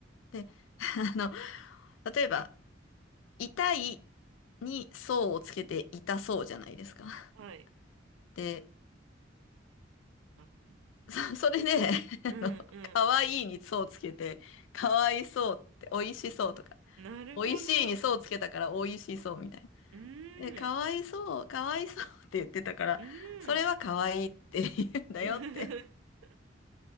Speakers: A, on the left; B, on the right.
A: で、<laughs> あの、例えば、痛いにそうをつけて痛そうじゃないですか。
B: はい。
A: で、
B: あー
A: そ <laughs> それで、<laughs>
B: うんうん
A: あの、かわいいにそうつけて、かわいそうって美味しそうとか、
B: うん。なるほど。
A: 美味しいにそうつけたから美味しそうみたいな。
B: うーん。
A: で、かわいそう、かわいそうって言ってたから、
B: うん。
A: それはかわいいって言うんだよって。
B: <laughs>